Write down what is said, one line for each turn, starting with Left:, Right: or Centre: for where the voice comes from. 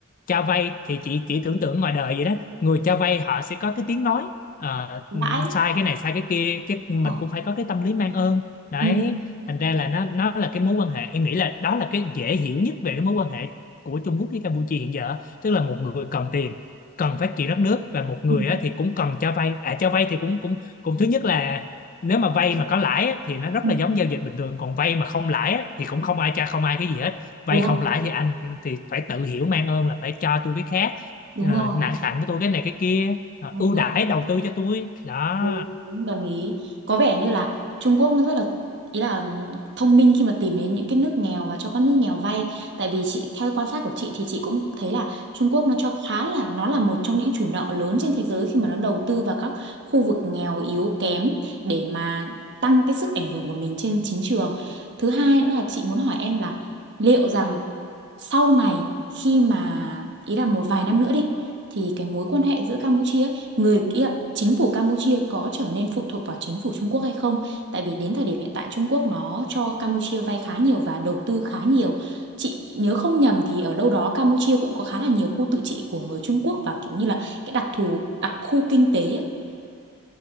Left: cho vay thì chị chỉ tưởng tượng ngoài đời vậy đó người cho vay họ sẽ có cái tiếng nói ờ,
Right: lãi
Left: ừm, sai cái này sai cái kia chứ mình
Right: Ờ,
Left: cũng phải có cái tâm lý mang ơn đấy
Right: ừ
Left: thành ra là nó nó là cái mối quan hệ em nghĩ là đó là cái dễ hiểu nhất về cái mối quan hệ của Trung Quốc với Campuchia hiện giờ tức là một người cần tiền cần phát triển đất nước và một người
Right: ừ
Left: á, thì cũng cần cho vay à cho vay thì cũng cũng cũng thứ nhất là nếu mà vay mà có lãi á, thì nó rất
Right: ừ
Left: là giống giao dịch bình thường còn vay mà không lãi á, thì cũng không ai cha không ai cái gì hết vay
Right: đúng không
Left: không lãi thì anh thì phải tự hiểu mang ơn là phải cho tôi cái khác
Right: đúng
Left: ờ,
Right: rồi
Left: nặng tặng cho tôi cái này cái kia ờ,
Right: đúng
Left: ưu
Right: rồi
Left: đãi đầu tư cho tôi đó
Right: đúng, đúng, đồng ý có vẻ như là Trung Quốc nó rất là ý là thông minh khi mà tìm đến những cái nước nghèo và cho các nước nghèo vay tại vì chị theo quan sát của chị thì chị cũng thấy là Trung Quốc nó cho khá là nó là một trong những chủ nợ lớn trên thế giới khi mà nó đầu tư vào các khu vực nghèo yếu kém để mà tăng cái sức ảnh hưởng của mình trên chính trường thứ hai nữa là chị muốn hỏi em là liệu rằng sau này khi mà ý là một vài năm nữa đi thì cái mối quan hệ giữa Campuchia ấy, người ý là chính phủ Campuchia có trở nên phụ thuộc vào chính phủ Trung Quốc hay không tại vì đến thời điểm hiện tại Trung Quốc nó cho Campuchia vay khá nhiều và đầu tư khá nhiều chị nhớ không nhầm thì ở đâu đó Campuchia cũng có khá là nhiều khu tự trị của người Trung Quốc và kiểu như là cái đặc thù đặc khu kinh tế ấy.